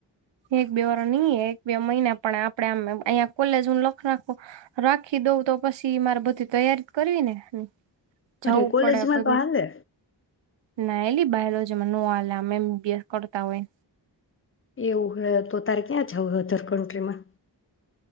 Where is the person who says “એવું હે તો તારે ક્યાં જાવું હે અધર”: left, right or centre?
Left